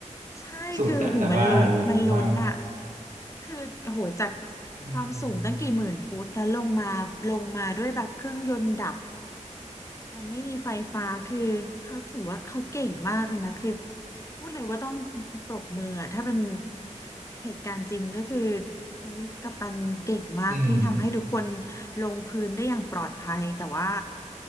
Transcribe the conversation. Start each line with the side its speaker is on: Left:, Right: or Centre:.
Left: ใช่คือโอ้โหูมันลุ้นมันลุ้นอะ
Right: สุดอะแบบว่าลุ้นมาก
Left: คือโหจาก
Right: อื
Left: ความสูงตั้งกี่หมื่นฟุตแล้วลงมาลงมาด้วยแบบเครื่องยนต์ดับ
Right: ม
Left: มันไม่มีไฟฟ้าคือเขาถือว่าเขาเก่งมากเลยนะคือพูดเลยว่าต้องปรบมืออะถ้าเป็นเหตุการณ์จริงก็คือเฮ้ยกัปตันเก่งมากที่ทำให้ทุกคน
Right: อืม
Left: ลงพื้นได้อย่างปลอดภัยแต่ว่า